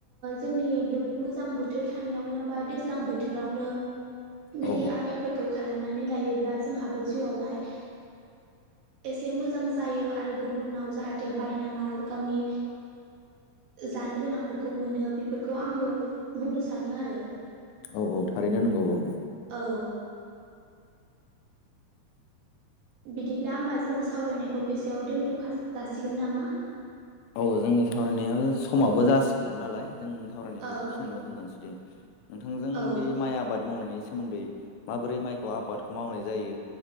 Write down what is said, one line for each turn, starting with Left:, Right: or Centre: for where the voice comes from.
Right: जोंनि मोजां बोथोर थानायावनो बा दैज्लां बोथोरावनो
Left: औ
Right: बिदि आबादफोरखौ खालामनानै लायोब्ला जोंहाबो जिउआवहाय एसे मोजां जायो आरो गुबुनाव जाहाथे बायनाङा गावनि जानो गोनांफोरखौ मोनो बेफोरखौ आंबो बुंनो सानो आरो
Left: औ औ थारैनो नोंगौ औ
Right: औ बिदिब्ला होमबा जोंङो सावरायनायखौ बेसेयाव दोनथखा जासिगोन नामा
Left: औ जोंनि सावरायनाया समाबो जासिगोन नालाय जों सावरायनायखौ
Right: औ
Left: बेखिनिनानै दोनांसैदों नोंथांजों
Right: औ
Left: बे माइ आबाद मावनायनि सोमोन्दै माबोरै माइखौ आबादखौ मावनाय जायो